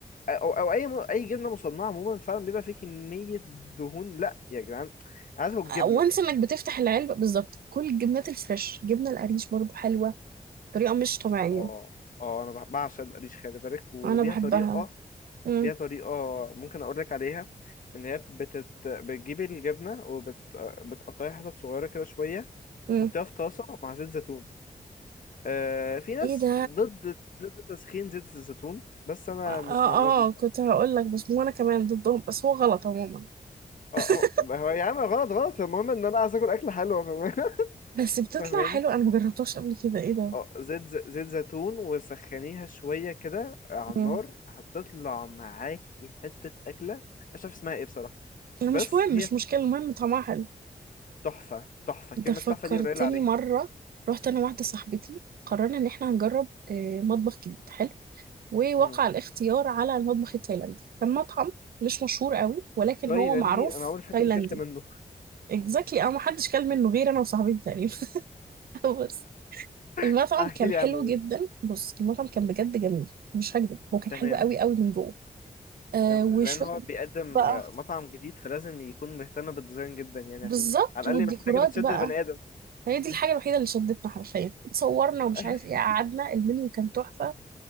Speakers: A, on the left; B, on the right.
A: او او اي م- اي جبنه مصنعه عموما فعلا بيبقى فيه كميه دهون لا يا جدعان انا عايز اكل جبنه
B: وانس انك بتفتح العلبة بالظبط كل الجبنات الفريش جبنة القريش برضو حلوة بطريقة مش طبيعية
A: اه اه انا بع- بعشق القريش خلي بالك وليها
B: انا بحبها
A: طريقه
B: امم
A: ليها طريقه ممكن اقول لك عليها ان هي بتت... بتجيب الجبنه وبتقطعها حتت صغيره كده شويه
B: امم
A: تحطيها في طاسه مع زيت زيتون آه في ناس
B: ايه ده
A: ضد ضد تسخين زيت الزيتون بس انا
B: اه
A: مش مع الناس دي بصراحه
B: اه كنت هقول لك بس مو انا كمان ضدهم بس هو غلط عموما
A: اه
B: <laughs>
A: هو هو يا عم غلط غلط المهم ان انا عايز اكل اكل حلو فاهم- <laughs>
B: بس بتطلع
A: فاهماني
B: حلو انا مجربتهاش قبل كده ايه ده
A: اه زيت ز- زيت زيتون وسخنيها شوية كده على النار
B: امم
A: هتطلع معاكي حتة أكلة مش عارف اسمها ايه بصراحة
B: انا
A: بس
B: مش مهم
A: هي
B: مش مشكلة المهم طعمها حلو
A: تحفة تحفة كلمة
B: انت فكرتني
A: تحفة دي قليلة عليها
B: مرة رحت انا واحدة صاحبتي قررنا ان احنا هنجرب آه، مطبخ جديد حلو ووقع
A: مم.
B: الاختيار على المطبخ التايلاندي كان مطعم مش مشهور قوي ولكن
A: تايلاندي
B: هو معروف
A: أنا عمري في حياتي
B: تايلاندي
A: ما أكلت منه
B: اكزاكتلي انا محدش كل منه غير انا وصاحبتي تقريبا <laughs> بس المطعم
A: <laughs> أحكي
B: كان
A: لي
B: حلو
A: عنه ده
B: جدا بص المطعم كان بجد جميل مش هكذب هو كان
A: تمام
B: حلو قوي قوي من جوه آه
A: تمام
B: وشوية
A: لأن هو بيقدم
B: بقى
A: مطعم جديد فلازم يكون مهتم بالديزاين جدا يعني
B: بالظبط
A: عشان على
B: والديكورات
A: الأقل يبقى في حاجة بتشد
B: بقى
A: البني آدم
B: هي دي
A: مم.
B: الحاجة الوحيدة اللي شدتنا حرفيا صورنا ومش
A: <laughs>
B: عارف ايه قعدنا المنيو كان تحفة